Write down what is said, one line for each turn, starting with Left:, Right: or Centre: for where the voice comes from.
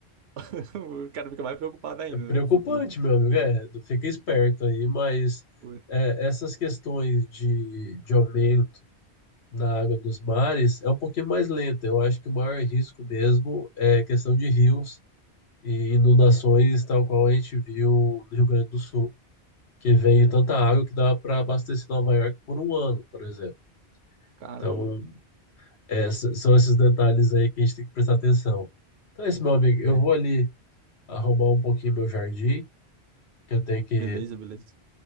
Right: <laughs> o cara fica mais preocupado ainda,
Left: É preocupante,
Right: né, com o futuro.
Left: meu amigo, é, fica esperto aí, mas
Right: Pois-
Left: é, essas questões de, de aumento da água dos mares é um pouquinho mais lenta. Eu acho que o maior risco mesmo é questão de rios e inundações, tal qual a gente viu no Rio Grande do Sul. que vem
Right: É.
Left: tanta água que dá para abastecer Nova York por um ano, por exemplo.
Right: Caramba,
Left: Então,
Right: velho.
Left: é, s- são esses detalhes aí que a gente tem que prestar atenção. Então é isso, meu amigo. Eu
Right: É,
Left: vou ali arrumar um pouquinho meu jardim, que eu tenho que,
Right: beleza, beleza.